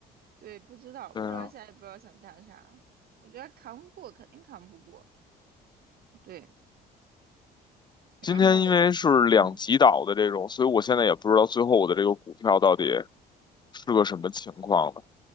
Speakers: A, on the right; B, on the left.
A: 对，不知道，不知道下一步要想干啥。
B: 对啊，
A: 我觉得扛不过，肯定扛不过。对，然后我，
B: 今天因为是两极倒的这种，
A: 嗯。
B: 所以我现在也不知道最后我的这个股票到底是个什么情况了。